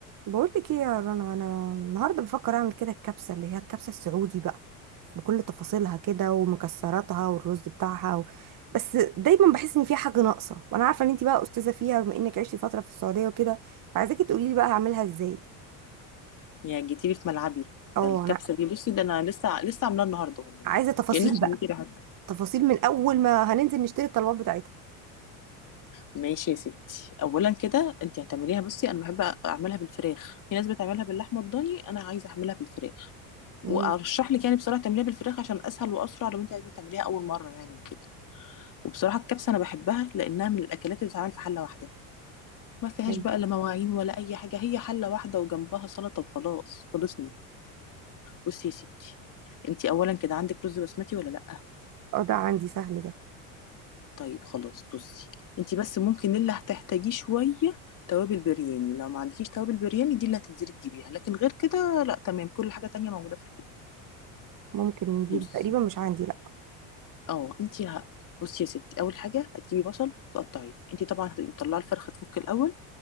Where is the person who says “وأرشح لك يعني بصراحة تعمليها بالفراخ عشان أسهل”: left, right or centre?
Left